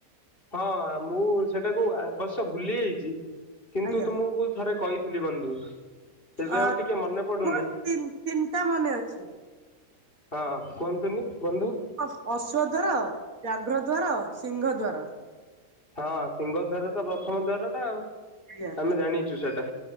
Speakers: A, on the left (about 40°); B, on the right (about 70°).
A: ହଁ ମୁଁ ସେଟାକୁ ଆବଶ୍ୟ ଭୁଲି ଯାଇଚି। କିନ୍ତୁ
B: ଆଜ୍ଞା
A: ତମୁକୁ ଥରେ କଇଥିଲି ବନ୍ଧୁ। ଏବେ
B: ଆ
A: ଆଉ ଟିକେ ମନେ ପଡୁନି।
B: ମୋର ତିନ ତିନିଟା ମନେ ଅଛି।
A: ହଁ କୁଅନ୍ତୁନି ବନ୍ଧୁ।
B: ଅହ୍ ଅଶ୍ବଦ୍ଵାର। ବ୍ୟାଘ୍ର ଦ୍ଵାର। ସିଂହ ଦ୍ଵାର।
A: ହଁ ସିଂହ ଦ୍ଵାର ତ ପ୍ରଥମ ଦ୍ୱାର ଟା ଆଉ।
B: ଆଜ୍ଞା
A: ଆମେ ଜାଣିଚୁ ସେଟା।